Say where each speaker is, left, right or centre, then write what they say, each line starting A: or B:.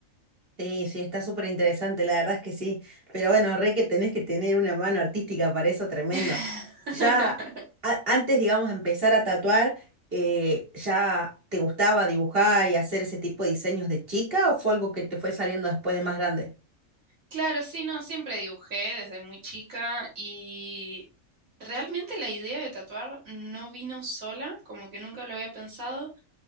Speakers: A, on the right (about 45°); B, on the right (about 80°).
A: Sí, sí, está súper interesante, la verdad es que sí. Pero bueno, re que tenés que tener una mano artística para eso, tremendo.
B: <laughs>
A: Ya a- antes, digamos, de empezar a tatuar, eh, ¿ya te gustaba dibujar y hacer ese tipo de diseños de chica o fue algo que te fue saliendo después de más grande?
B: Claro, sí, no, siempre dibujé desde muy chica y realmente la idea de tatuar no vino sola, como que nunca lo había pensado.